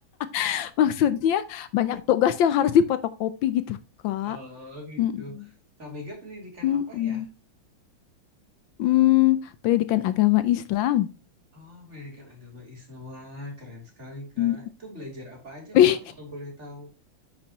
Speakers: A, on the left (about 75°); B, on the right (about 35°).
A: <laughs> maksudnya banyak tugas yang harus dipotokopi gitu kak.
B: oh gitu.
A: Mm-mm.
B: Kak Mega pendidikan
A: Mm-mm.
B: apa ya?
A: Hmm, pendidikan agama Islam.
B: Oh, pendidikan agama Islam. Wah, keren sekali Kak.
A: Hmm.
B: Itu belajar apa aja
A: <laughs> Wih,
B: Kak, kalau boleh tahu?